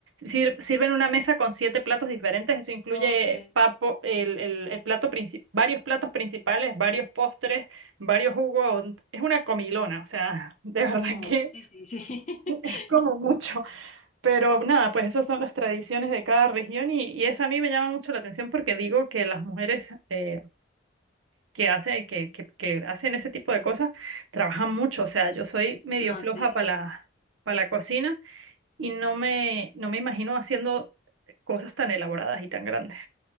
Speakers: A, on the right; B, on the left.
A: sir- sirven una mesa con siete platos diferentes, eso incluye
B: Ok,
A: papo, el, el, el plato principal varios platos principales, varios postres, varios jugos, es una comilona, o sea, <laughs> de verdad
B: oh,
A: que
B: sí, sí, sí. <laughs>
A: es como mucho. Pero nada, pues esas son las tradiciones de cada región y, y esa a mí me llama mucho la atención porque digo que las mujeres eh, que hacen, que, que, que hacen ese tipo de cosas trabajan mucho. O sea, yo soy medio
B: No
A: floja
B: sí
A: para la, para la cocina y no me, no me imagino haciendo cosas tan elaboradas y tan grandes.